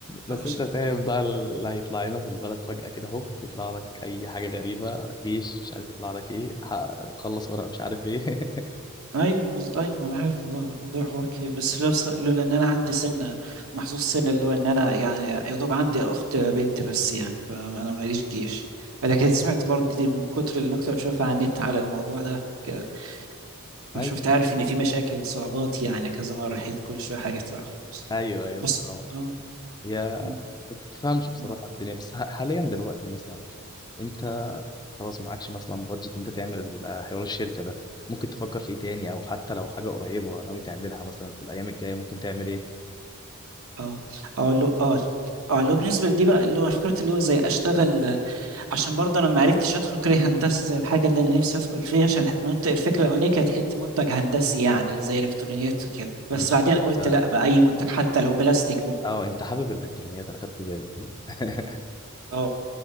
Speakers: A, on the left; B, on the right.
A: بس
B: آه،
A: انت فاهم بقى اللي هيطلع لنا في البلد فجأة كده هوب يطلع لك اي حاجة غريبة جيش مش عارف يطلع لك ايه حقق- خلص ورق مش عارف ايه <laughs>
B: ايوه بز- ايوه انا عارف الموضوع الموضوع حوار كبير بس لو بص- لولا ان انا عندي سنه محظوظ سنه اللي هو ان انا يعني يا دوب عندي اخت بنت بس يعني فانا ماليش جيش ولكن سمعت برضه دي من كتر النكته اللي بشوفها على النت على الموضوع ده ك- فشفت
A: ايوه
B: عارف ان في مشاكل صعوبات يعني كذا مره حيث كل شويه حاجه تطلع في النص
A: ايوه ايوه
B: بس
A: آه.
B: اه
A: يا
B: م-
A: ما بتفهمش بصراحه
B: م-
A: الدنيا بس ح- حاليا دلوقتي مثلا انت
B: م-
A: خلاص معكش مثلا بادجت انت تعمل ال- حوار الشركه ده ممكن تفكر في ايه تاني او حتى لو حاجه قريبه ناوي تعملها مثلا في الايام الجايه ممكن تعمل ايه
B: اه اه لو اه اه لو بالنسبه لدي بقى اللي هو أنا فكرت اللي هو زي اشتغل عشان برضه انا ما عرفتش ادخل كليه هندسه زي الحاجه اللي انا نفسي ادخل فيها عشان المنت- الفكره الاولانيه كانت حته منتج هندسي يعني زي الكترونيات وكده بس
A: مم.
B: بعدين قلت
A: اه
B: لا بقى اي منتج حتى لو بلاستيك
A: آه، انت حابب الالكترونيات انا خدت بالي <laughs>
B: اه